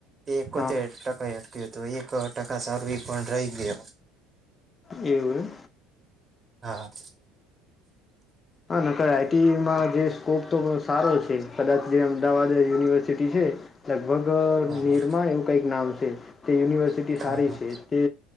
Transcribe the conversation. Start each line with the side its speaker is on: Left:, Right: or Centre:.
Right: એતે
Left: હા
Right: ટકા એ તો એક ટકા સારુ એ પણ રહી ગયો
Left: એવું
Right: હા
Left: હા નકર આઈટીમાં જે સ્કોપ તો સારો છે કદાચ જે અમદાવાદ યુનિવર્સિટી છેઅ લગ ભગ
Right: હા
Left: નિરમા
Right: હા
Left: એવું કઈક નામ છે જ તે યુનિવર્સિટી
Right: હા
Left: સારી
Right: હા
Left: છે તે